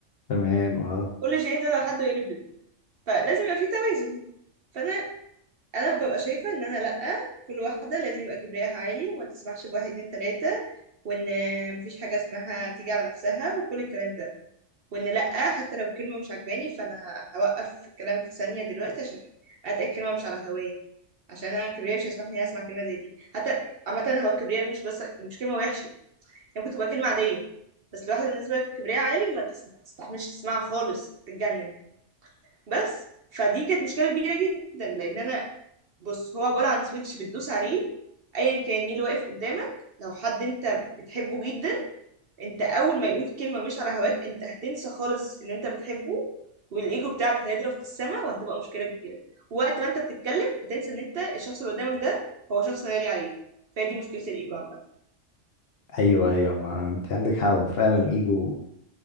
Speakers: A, on the left (about 55°); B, on the right (about 55°).
A: تمام اه
B: كل شيء زاد عن حده يقلب ضده فلازم يبقى في توازن فانا انا ببقى شايفة ان انا لأ كل واحدة لازم يبقى كبرياءها عالي وما تسمحش بواحد اتنين تلاتة وان مفيش حاجة اسمها تيجي على نفسها وكل الكلام ده وان لأ حتى لو كلمة مش عجباني فانا ه- هوقف في الكلام في ثانية دلوقتي عشان اتأكد كلمة مش على هواية عشان انا كبرياء مش هيسمح لي اسمع كلمة زي دي حتى عامة هو الكبرياء مش بس مش كلمة وحشة يعني ممكن تبقى كلمة عادية بس لواحدة بالنسبة لكبرياء عالي ما تسمع تستحملش تسمعها خالص تتجنن بس فدي كانت مشكلة كبيرة جدا لأن أنا بص هو عبارة عن سويتش بتدوس عليه أيا كان مين اللي واقف قدامك لو حد أنت بتحبه جدا أنت أول ما يقول كلمة مش على هواك أنت هتنسى خالص إن أنت بتحبه والإيجو بتاعك هيضرب في السماء وهتبقى مشكلة كبيرة ووقت ما أنت بتتكلم هتنسى إن أنت الشخص اللي قدامك ده هو شخص غالي عليك فهي دي مشكلة الإيجو عامة
A: ايوه ايوه ما انت عندك حق هو فعلا ايجو